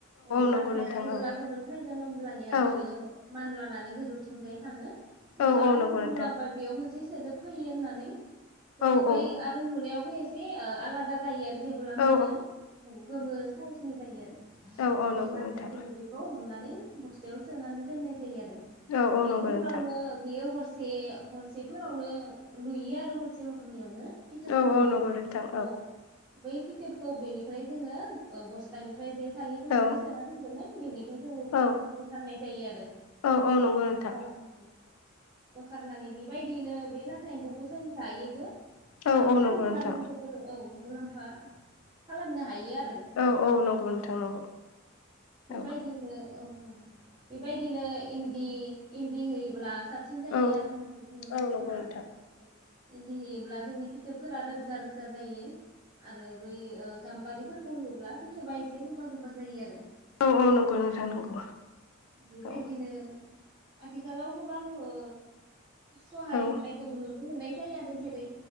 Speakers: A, on the right; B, on the left.
A: औ
B: नंगौ
A: लाथाया
B: नोंथां
A: जेब्ला
B: औ
A: गोमोन फैगोन होमब्लानिया बियो
B: औ
A: मानलाना बे गोजौ थिंजायनो थाङो नोंथाङा
B: औ
A: जेरै
B: नंगौ नोंथां
A: बुंलांबाय बेयाव मोनसे सोदोब फैयो होननानै
B: औ
A: जोङो बै
B: औ
A: आरो नुनायाव बे एसे ओ आलादा जायो आरो जेब्ला
B: औ
A: मोनो औ गोमो साइसनि जायो आरो
B: औ औ नंगौ
A: अब्लानिया
B: नोंथां
A: बेखौ हमनानै बस्थायाव सोनानै दोननाय जायो आरो
B: औ औ
A: बेनि
B: नंगौ नोंथां
A: उनावनो बेयो हरसे से हरसेफोरावनो लुयो आरो हरसे हरनैयावनो फिथोबखौ
B: औ
A: लुयो
B: औ नंगौ नोंथां
A: औ बै फिथोब खौ बेनिफ्राय जोङो ओ बस्थानिफ्राय जे थालि खुसनि
B: औ
A: सोना सोदोमोन बेनिफ्राय जोङो
B: औ
A: बोखारनाय जायो आरो
B: औ औ नंगौ नोंथां
A: औ औ होखारनानै बेबायदियैनो बे लाथा एम्फौखौ जों जायोबो
B: औ
A: आरो
B: औ
A: फाननानै
B: नंगौ नोंथां
A: जोबोर औ मुलाम्फा खालामनो हायो आ-
B: औ औ नंगौ नोंथां नंगौ।
A: बेबायदियैनो
B: औ
A: औ नंगौ बेबायदिनो इन्दि इन्दि होयोब्ला साबसिन जायो
B: औ
A: आरो होननानै बुङो
B: औ
A: मानसिफोरा
B: नंगौ नोंथां
A: औ। इन्दि होयोब्ला जोंनि फिथोबफोरा रोजा रोजा जायो आरो बै अ गाम्बारिफोरखौ होयोब्ला फि थोबा एसे गोबा-गोबा जायो आरो।
B: औ औ नंगौ नोंथां नंगौ
A: बेबायदिनो
B: औ।
A: आथिखालाव गोबां ओ सहाय
B: औ
A: होनायखौबो नुनो मोननाय जायो आरो जिरै